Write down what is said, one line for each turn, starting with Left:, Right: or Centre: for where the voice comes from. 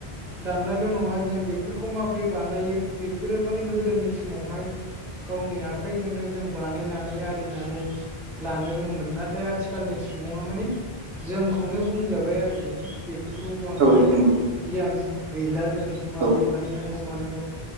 Centre: दामनायल' नङा जों बेफोरखौ माबोरै बानायो बेफोरो माने गोदोनि समावहाय गावनि आखाइजोंनो जों बानायनानै आरिनानै लानो रोङोमोन नाथाय आथिखालनि सुबुङा माने जोंखौनो बुंजाबाय आरोखि खे बेफोरखौ बांद्राय
Right: औ नंगौ
Centre: गियान गैला जों माबोरै
Right: औ
Centre: बानायनांगौ मानांगौ